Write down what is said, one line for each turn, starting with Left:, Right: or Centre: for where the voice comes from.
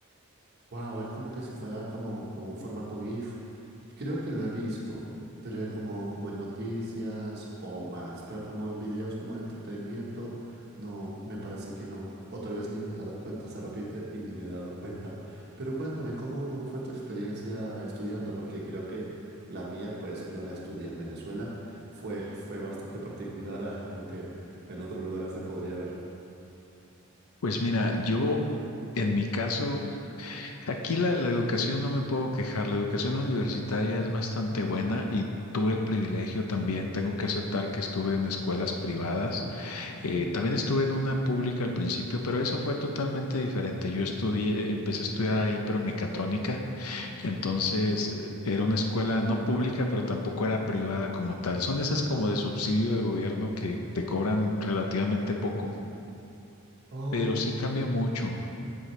Right: Wow, es como que si fuera como, como un formato GIF. Creo que lo he visto, pero es como, como en noticias o más, pero como en videos como de entretenimiento, no, me parece que no. Otra vez ni me he dado cuenta, se repite y ni me he dado cuenta. Pero cuéntame, ¿cómo, cómo fue tu experiencia estudiando? Porque creo que la mía, pues yo la estudié en Venezuela, fue, fue bastante particular a a lo que en otros lugares se podría ver.
Left: Pues mira, yo en mi caso Aquí la, la educación no me puedo quejar, la educación universitaria es bastante buena y tuve el privilegio también, tengo que aceptar que estuve en escuelas privadas, Eh, también estuve en una pública al principio, pero eso fue totalmente diferente. Yo estudié, empecé a estudiar ahí, pero mecatrónica, entonces eh, era una escuela no pública, pero tampoco era privada como tal. Son esas como de subsidio de gobierno que te cobran relativamente poco.
Right: Oh,
Left: Pero
Right: entiendo.
Left: sí cambia mucho,